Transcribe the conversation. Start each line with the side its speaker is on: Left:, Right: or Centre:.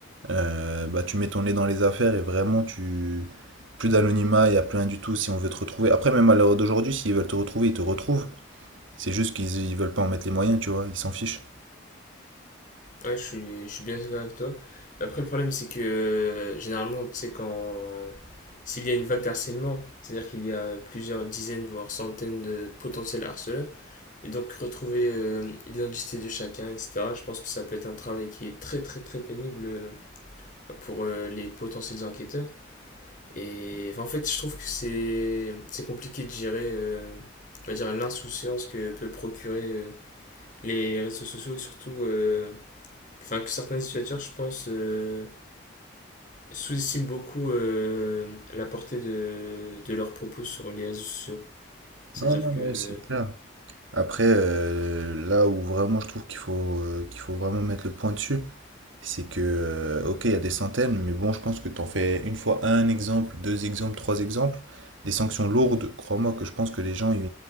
Right: euh, bah, tu mets ton nez dans les affaires et vraiment, tu plus d'anonymat, il n'y a plus rien du tout si on veut te retrouver. Après, même à l'heure d'aujourd'hui, s'ils veulent te retrouver, ils te retrouvent. C'est juste qu'ils ils veulent pas en mettre les moyens, tu vois, ils s'en fichent.
Left: Ouais, je suis, je suis bien d'accord avec toi. Après, le problème, c'est que euh, généralement, tu sais, quand. S'il y a une vague d'harcèlement, c'est-à-dire qu'il y a plusieurs dizaines, voire centaines de potentiels harceleurs, et donc retrouver euh, l'identité de chacun, etc., je pense que ça peut être un travail qui est très, très, très pénible euh, pour euh, les potentiels enquêteurs. Et enfin, en fait, je trouve que c'est c'est compliqué de gérer, euh, on va dire, l'insouciance que peut procurer euh, les réseaux sociaux et surtout. euh, enfin, que certains utilisateurs, je pense, euh, sous-estiment beaucoup euh, la portée de, de leurs propos sur les réseaux sociaux. C'est-à-dire
Right: Non, non,
Left: que.
Right: ouais, c'est clair. Après, euh, là où vraiment je trouve qu'il faut, euh, qu'il faut vraiment mettre le point dessus, C'est que, euh, ok, il y a des centaines, mais bon, je pense que t'en fais une fois un exemple, deux exemples, trois exemples. Des sanctions lourdes, crois-moi que je pense que les gens, ils